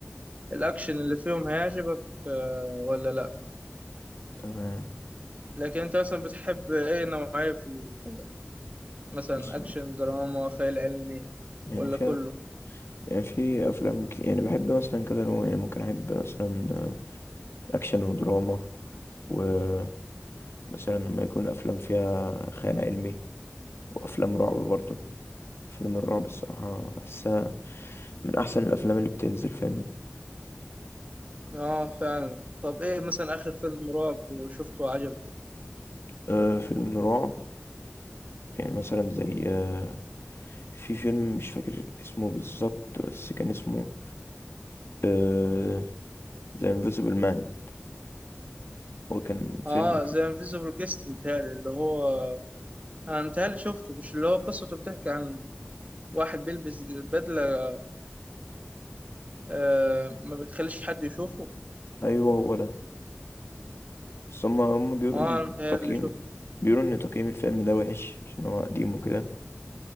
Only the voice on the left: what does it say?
تمام
بس
يعني
فيها
يعني في افلام كتير يعني بحب مثلا كذا نوع يعني ممكن احب مثلا اكشن ودراما ومثلا لما يكون افلام فيها خيال علمي وافلام رعب برضه افلام الرعب الصراحه بحسها من احسن الافلام اللي بتنزل فاهمني
أه فيلم رعب يعني مثلا زي أه في فيلم مش فاكر اسمه بالظبط بس كان اسمه أه The Invisible Man هو كان
فيلم
ايوه هو ده بس هم هم بيقولوا
ان
تقييم
بيقولوا ان تقييم الفيلم ده وحش عشان هو قديم وكده